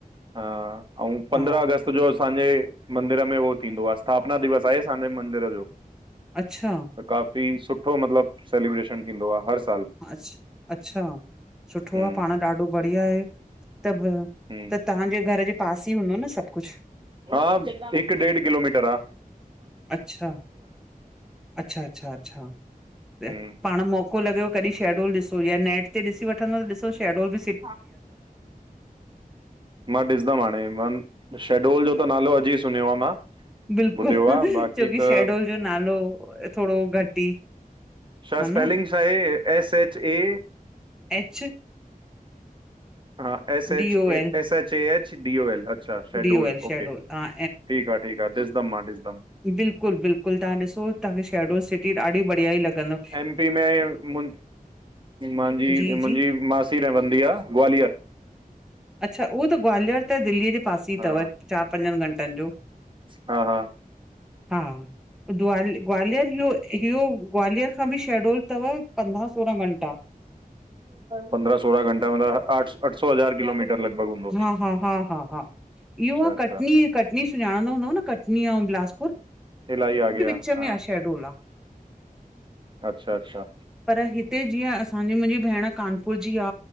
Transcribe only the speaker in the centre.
हा
अच्छा
अछ अच्छा सुठो
आ पाण ॾाढो बढ़िया आहे। त ॿ
त तव्हांजे घर जे पास ई हूंदो न सभु कुझु?
अच्छा, अच्छा-अच्छा-अच्छा- अच्छा
पाण मो को लॻे कॾहिं शेडूल ॾिसो या नेट ते ॾीसि वठंदो त ॾिसो शेडोल ॿि
बिल्कुलु
छोकी
शहडोल जो नालो थोणो घटि ई
हा
न
ऐंच
D
O L
D O L Shahdol
हा
बिल्कुलु-बिल्कुलु तव्हां ॾिसो तव्हांखे शेडो सिटी ॾाढी बढ़िया लंदव।
जी
जी
अच्छा उहो त ग्वालियर त दिल्लीअ जे पासे ई अथव
चारि पंजनि घंटनि जो।
हा ग्वाल ग्वालियर इहो, हीयो ग्वालियर खां ॿि शेडोल तव पंद्राहं सोरहां घंटा।
हा-हा-हा-हा-हा इहो आह
कटनी, कटनी सुञाणंदा हूंदव न? कटनी अऊ बिलासपुर
विचं
आ शेडोल आ।
पर हिते जीअं असांजी मुंहिंजी भेण कानपुर जी आ